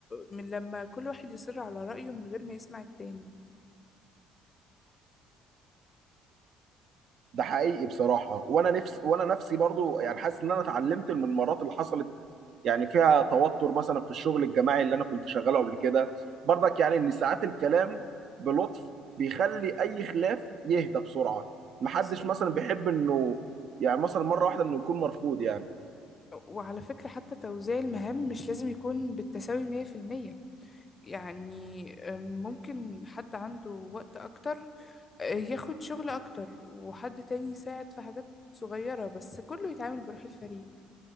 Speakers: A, on the left; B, on the right.
A: من لما كل واحد يصر على رايه من غير ما يسمع التاني
B: ده حقيقي بصراحة وانا نفس وانا نفسي برضو يعني حاسس ان انا اتعلمت من المرات اللي حصلت يعني فيها توتر مثلا في الشغل الجماعي اللي انا كنت شغاله قبل كده برضك يعني ان ساعات الكلام بلطف بيخلي اي خلاف يهدى بسرعة محدش
A: بالظبط
B: مثلا بيحب انه يعني مثلا مرة واحدة انه يكون مرفوض يعني
A: وعلى فكره حتى توزيع المهام مش لازم يكون بالتساوي 100% يعني ممكن حد عنده وقت اكتر آه، ياخد شغل اكتر وحد تاني يساعد في حاجات صغيره بس كله يتعامل بروح الفريق